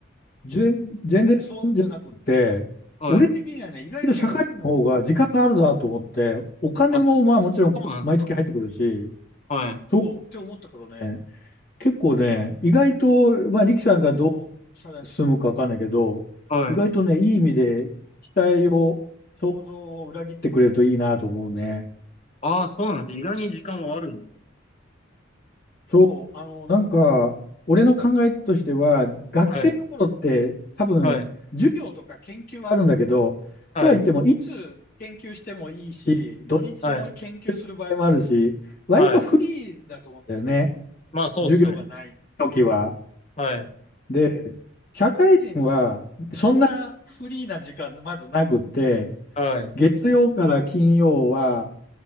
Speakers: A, on the left; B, on the left.
A: 全、全然そうじゃなくて、
B: はい。
A: 俺的にはね、意外と社会人の方が時間があるなと思って、お金もまあもちろん毎月入ってくるし、
B: あ、そそうなんですか。はい、
A: そうって思ったからね、結構ね、意外と、まあ力さんがどうさらに進むかわかんないけど、
B: はい。
A: 意外とね、いい意味で期待を、想像を裏切ってくれるといいなと思うね。
B: ああ、そうなんです。意外に時間はあるんですね。
A: そう、あの、なんか、俺の考えとしては、学生の頃って多分、
B: はい、はい、
A: 授業とか研究はあるんだけど、
B: はい、
A: とは言っても、いつ研究してもいいし、土日も研究する場合もあるし、
B: はい、
A: 割とフリーだと思うんだよね。
B: はい。まあ、そうですね。
A: 授業がない時は。
B: はい、
A: で、社会人は、そんなフリーな時間、まずなくって、
B: はい、
A: 月曜から金曜は、